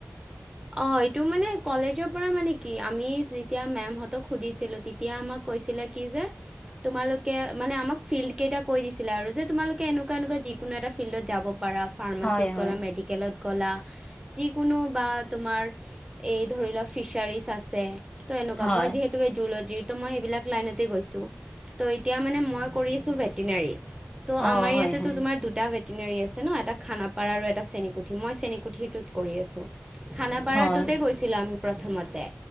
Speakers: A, on the right (about 15°); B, on the left (about 25°).
A: অঁ এইটো মানে কলেজৰ পৰা মানে কি আমি যেতিয়া মেমহঁতক সুধিছিলো তে তিয়া আমাক কৈছিলে কি যে তোমালোকে মানে আমাক ফিল্ড কেইটা কৈ দিছিলে আৰু যে তোমালোকে এনেকুৱা এনেকুৱা যিকোনো এটা ফিল্ডত যাব পাৰা। ফাৰ্মাচীত
B: হয় হয়
A: গ'লা মেডিকেলত গ'লা যিকোনো বা তোমাৰ এই ধৰি লোৱা ফিচাৰিজ আছে ত' এনেকুৱা।
B: হয়
A: মই যিহে তু জুলজিৰ ত' মই সেইবিলাক লাইনতেই গৈছোঁ। ত' এতিয়া মানে মই কৰি আছোঁ ভেটিনেৰি। ত'
B: অ
A: আমাৰ
B: হয়
A: ইয়াতেটো
B: হয়
A: তোমাৰ দু টা ভেটিনেৰি আছে ন, এটা খানাপাৰা আৰু এটা চেনীকুঠি মই চেনীকুঠিটোত কৰি আছোঁ। খানাপাৰাটোতে
B: হয়
A: গৈছিলোঁ আমি প্ৰথমতে